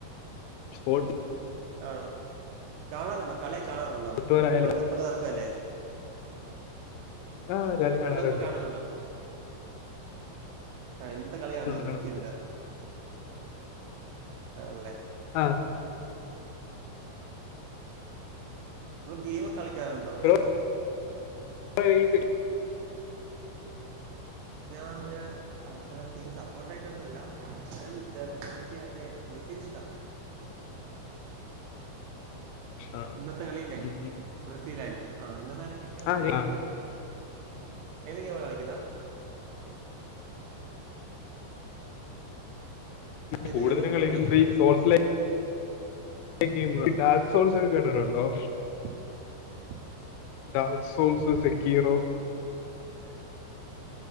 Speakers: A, on the left; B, on the right.
A: സ്പോർട്സ്
B: ആഹ് കാണാറുണ്ടോ കളി കാണാറുണ്ടോ
A: ഔട്ട്ഡോർ ആയാലും
B: വെൾഡ്കപ്പ് നടക്കുവല്ലേ
A: ആ കളി
B: വേൾഡ്കപ്പ്
A: കാണാറുണ്ട്
B: കാണുന്നുണ്ടോപ്പൊ ആഹ് എന്ത് കളിയാണ്
A: കാണുന്നുണ്ട്,
B: ബ്രസീലിന്റെ
A: കാണുന്നുണ്ട്
B: ആണല്ലേ
A: ആഹ്
B: തീരെ കളിക്കാറുണ്ടോ അല്ലാ
A: ബ്രോ
B: താ
A: <unintelligible>
B: ഞാൻ അത്ര ടീം സപ്പോർട്ട് ആയിട്ടൊന്നുമില്ല ജർമ്മനി മറ്റേ ബ്രസീലിഷ്ടാ
A: ഇഷ്ടമാണ്
B: ഇന്നത്തെ കളിയല്ലേ
A: ഉം.
B: ബ്രസീല് ആയിരിക്കും ആഹ് ഇന്നത്തെ കളി മിക്കവാറും
A: ആ,
B: ബ്രസീൽ
A: ഞാൻ- ആ,
B: ആയിരിക്കും എതൊക്കെ അവര് കളിക്കുന്നെ ഏത്
A: കൂടുതലും
B: ഗെയിമാണ്
A: കളിക്കുന്നത്
B: ബ്രോ കളിക്കുന്ന
A: ഈ സോൾസ് ലെ ഗെയിം ഡാർസോൾസ് ഒക്കെ കേട്ടിട്ടുണ്ടോ
B: ഓ ആ ടൈപ്പ് അല്ല എനിക്ക് ഭയങ്കര ഇഷ്ടാ. ആ
A: ഡാ
B: കേട്ടിട്ടുണ്ട്
A: സോൽസ്
B: പക്ഷെ ഞാൻ അധികം
A: സെക്കീറോ.
B: <inaudible>